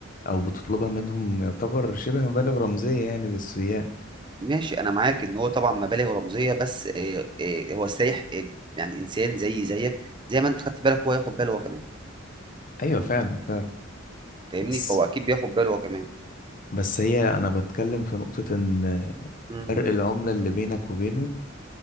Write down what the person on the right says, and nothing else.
ماشي انا معاك ان هو طبعا مبالغ رمزيه بس آه، آه، هو السايح آه، يعني انسان زي زيك زي ما انت خدت بالك هو ياخد باله هو كمان
فاهمني
فهو اكيد بياخد باله هو كمان
مم.